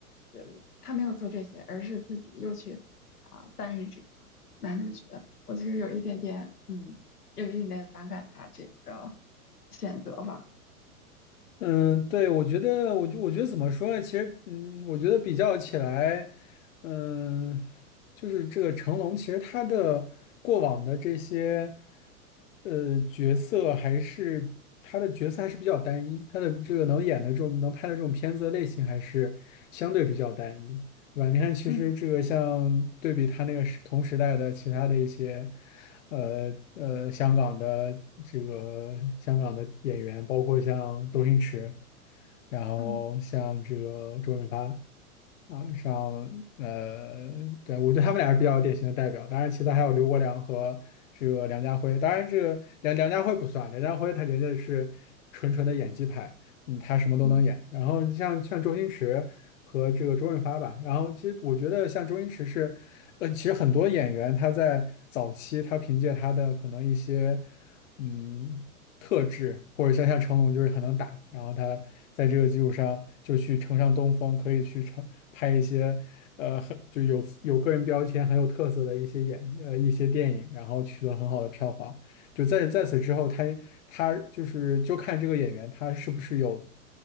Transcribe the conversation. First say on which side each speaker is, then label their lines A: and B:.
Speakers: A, on the left; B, on the left.
A: 呃，他没有做这些，而是自己又去啊扮演这个男主角。我其实有一点点，嗯，有一点点反感他这个选择吧。
B: 嗯，对，我觉得，我就我觉得怎么说呢？其实，嗯，我觉得比较起来，嗯，就是这个成龙，其实他的过往的这些，呃，角色还是他的角色还是比较单一，他的这个能演的这种能拍的这种片子的类型还是相对比较单一。对吧？你看，其实这个像对比他那个时同时代的其他的一些，
A: 嗯
B: 呃呃，香港的这个香港的演员，包括像周星驰，然后像这个周润发。
A: 嗯
B: 啊，上呃，对，我觉得他们俩是比较典型的代表。当然，其他还有刘国梁和这个梁家辉。当然，这个梁梁家辉不算，梁家辉他人家是纯纯的演技派，嗯，他什么都能演。
A: 嗯
B: 然后你像像周星驰和这个周润发吧，然后其实我觉得像周星驰是，呃，其实很多演员他在早期他凭借他的可能一些。嗯，特质，或者像像成龙就是很能打，然后他在这个基础上就去乘上东风，可以去成拍一些呃很就有有个人标签很有特色的一些演呃一些电影，然后取得很好的票房。就在在此之后，他他就是就看这个演员他是不是有